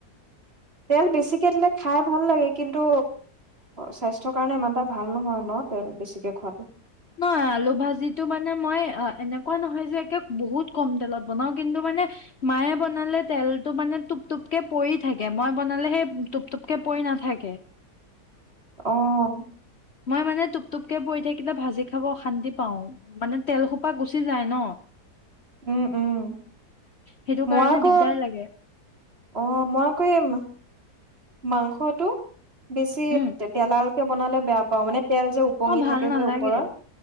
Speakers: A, on the right (about 35°); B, on the left (about 45°).
A: তেল বেছিকে দিলে খাই ভাল লাগে কিন্তু স্বাস্থ্যৰ কাৰণে ইমান এটা ভাল নহয় ন তেল বেছিকে খোৱাটো
B: নহয় আলু ভাজিটো মানে মই এনেকুৱা নহয় যে একে বহুত কম তেলত বনাও কিন্তু মানে মায়ে বনালে তেলটো মানে টোপ টোপকে পৰি থাকে মই বনালে সেই টোপ টোপকে পৰি নাথাকে।
A: অহ
B: মই মানে টোপ টোপকে পৰি থাকিলে ভাজি খাব অশান্তি পাওঁ মানে তেলসোপা গুচি যায় ন
A: উম উম
B: সেইটো
A: মই
B: কাৰণে
A: আক
B: দিগদাৰ লাগে
A: অ মই কৰিম মাংসটো বেছি
B: উম
A: তেলাল বনালে বেয়া পাওঁ মানে তেল যে ওপঙি
B: অ ভাল
A: থাকে
B: নালাগে
A: যে ওপৰত